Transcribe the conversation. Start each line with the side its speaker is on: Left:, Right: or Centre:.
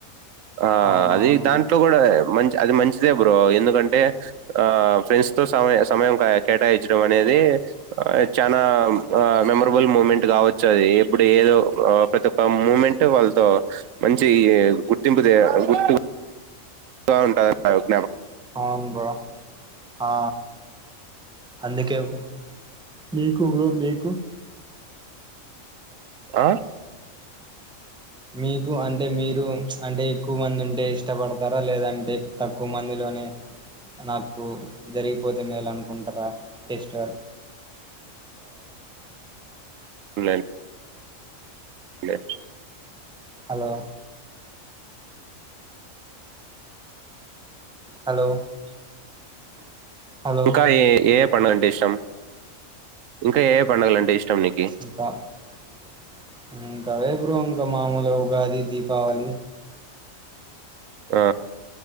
Right: ఆ
Centre: అవును
Right: అది
Centre: అవును
Right: దాంట్లో
Centre: బ్రో
Right: కూడా మంచి అది మంచిదే బ్రో ఎందుకంటే ఆ ఫ్రెండ్స్ తో సమ సమయం కేటాయించడం అనేది చనాా మెమరబుల్ మూమెంట్ కావచ్చు అది ఇప్పుడు ఏదో ప్రతి ఒక్క మూమెంట్ వాళ్ళతో మంచి గుర్తింపు గుర్ బాగుంటుందిన్న య <unintelligible>
Centre: అవును బా ఆ అందుకే ఇ మీకు ఇ మీకు
Right: ఆ
Centre: మీకు అంటే మీరు అంటే ఎక్కువమంది మంది ఉంటే ఇష్టపడతారా లేదంటే తక్కువ మందిలోనే నాకు జరిగిపోతే మేాల మేల్ అనుకుంటారా పేస్టర్
Right: మెన్ రే
Centre: హలో హలో హలో
Right: ఇంకా ఏ ఏ పడుగ అంటే ఇష్టం ఇంకా ఏ పడుగల అంటే ఇష్టం నీకి
Centre: ఇకాంకావే పపు్రవంక మామూలు ఉగాది దీపావళి
Right: ఆ